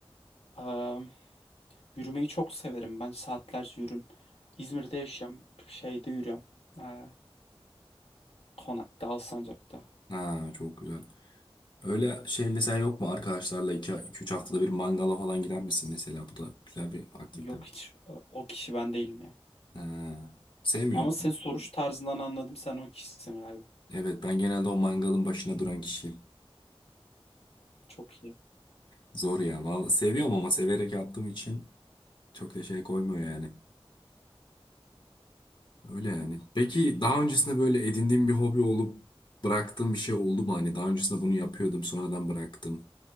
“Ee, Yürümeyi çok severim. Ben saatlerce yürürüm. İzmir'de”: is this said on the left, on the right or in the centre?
Left